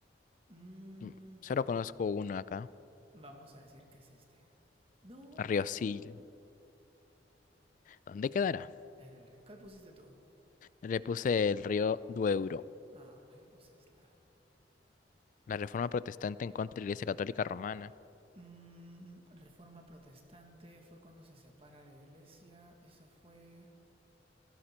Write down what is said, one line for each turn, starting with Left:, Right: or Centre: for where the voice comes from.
Right: Mm,
Left: Mm, Solo conozco uno acá,
Right: vamos a decir que es este. ¡No!
Left: el río Sil. ¿Dónde quedará?
Right: Era el río. ¿Cuál pusiste tú?
Left: Le puse el río Duero.
Right: Ah, yo puse Esla.
Left: La reforma protestante en contra de la Iglesia Católica Romana.
Right: Mm, reforma protestante fue cuando se separa la iglesia. Eso fue